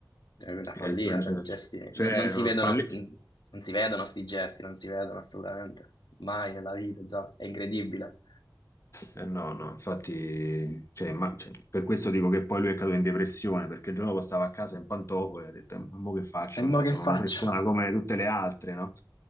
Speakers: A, on the left (about 70°); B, on the left (about 40°).
A: È una follia,
B: eh, c'è
A: eh, gesti. n-
B: c'è
A: non si
B: uno
A: vedono,
B: spalletto.
A: non si vedono sti gesti, non si vedono assolutamente. Mai nella vita, insomma, è incredibile.
B: Eh no, no, infatti, cioè, ma- cioè, per questo dico che poi lui è caduto in depressione, perché il giorno dopo stava a casa in pantofole e ha detto, "Eh, ma mo che faccio?
A: E mo
B: Cioè,
A: che
B: sono
A: faccio?
B: una persona come tutte le altre, no?